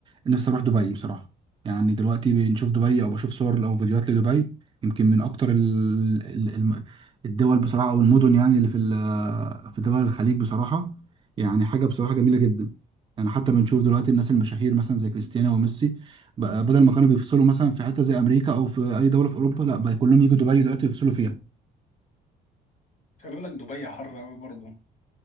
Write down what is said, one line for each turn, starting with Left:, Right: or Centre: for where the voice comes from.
Right: نفسي اروح دبي بصراحه يعني دلوقتي بنشوف دبي او بشوف صور او فيديوهات لدبي يمكن من اكتر ال... ال... الم- الدول بصراحه او المدن يعني اللي في ال... في دول الخليج بصراحه يعني حاجه بصراحه جميله جدا يعني حتى بنشوف دلوقتي الناس المشاهير مثلا زي كريستيانو وميسي بقى بدل ما كانوا بيفصلوا مثلا في حته زي امريكا او في اي دوله في اوروبا لا بقى كلهم يجوا دبي دلوقتي يفصلوا فيها
Left: خلي بالك دبي حر أوي برضه